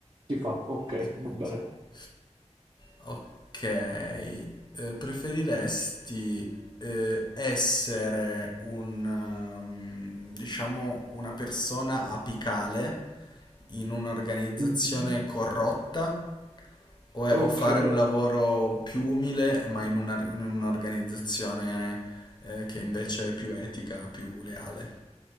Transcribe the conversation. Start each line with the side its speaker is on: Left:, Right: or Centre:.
Right: si fa. Ok,
Left: Sentiamo,
Right: va
Left: sentiamo.
Right: bene.
Left: Ok, eh, preferiresti eh, essere un, ehm, diciamo, una persona apicale in un'organizzazione
Right: Mhm.
Left: corrotta o,
Right: Ok.
Left: o fare un lavoro più umile ma in una- in un'organizzazione eh, che invece è più etica, più leale?